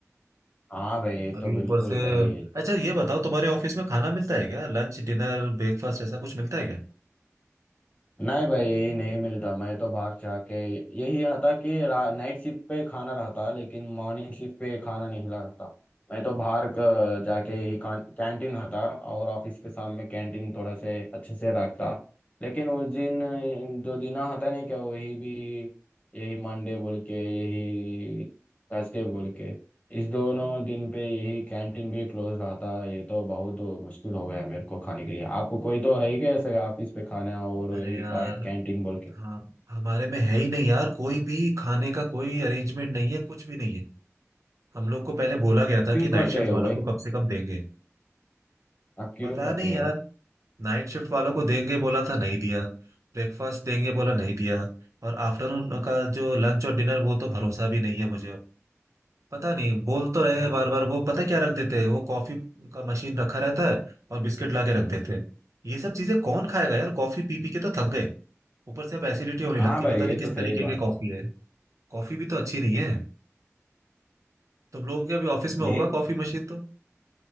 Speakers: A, on the left (about 25°); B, on the right (about 80°).
A: हाँ भाई ये
B: अभी
A: तो बिल्कुल
B: ऊपर से
A: सही है
B: अच्छा ये बताओ तुम्हारे ऑफिस में खाना मिलता है क्या लंच डिनर ब्रेकफास्ट ऐसा कुछ मिलता है क्या
A: नहीं भाई नहीं मिलता मैं तो बाहर जाके यही था कि नाइट शिफ्ट पे खाना रहता लेकिन मॉर्निंग शिफ्ट पे खाना नहीं रहता मैं तो बाहर क- जाके यही कैंटीन था और ऑफिस के सामने कैंटीन थोड़ा से अच्छे से रखता लेकिन उस दिन जो दिन था नहीं क्या वही भी यही मंडे बोल के यही थर्सडे बोल के इस दोनों दिन पे यही कैंटीन भी क्लोज रहा था ये तो बहुत मुश्किल हो गया है मेरे को खाने के लिए आपको कोई तो है ही क्या ऐसे ऑफिस पे खाना और
B: अरे
A: यही
B: यार
A: का- कैंटीन बोल के
B: हाँ हमारे में है ही नहीं यार कोई भी खाने का कोई अरेंजमेंट नहीं है कुछ भी नहीं है हम लोग को पहले बोला गया था
A: क्यों
B: कि नाइट
A: करते
B: शिफ्ट
A: हो
B: वालों
A: भाई
B: को कम से कम देंगे
A: आप क्यों
B: पता
A: करते
B: नहीं यार
A: हो
B: नाइट शिफ्ट वालों को देंगे बोला था नहीं दिया ब्रेकफास्ट देंगे बोला नहीं दिया और आफ्टरनून का जो लंच और डिनर वो तो भरोसा भी नहीं है मुझे पता नहीं बोल तो रहे हैं बार बार वो पता क्या रख देते हैं वो कॉफी का मशीन रखा रहता है और बिस्किट ला के रख देते हैं ये सब चीजें कौन खाएगा यार कॉफी पी पी के तो थक गए ऊपर से अब एसिडिटी होने लगती
A: हाँ भाई
B: है पता
A: ये
B: नहीं किस
A: तो सही
B: तरीके
A: बात
B: की कॉफी है कॉफी भी तो अच्छी नहीं है तुम लोगों के अभी ऑफिस में होगा
A: यही
B: कॉफी मशीन तो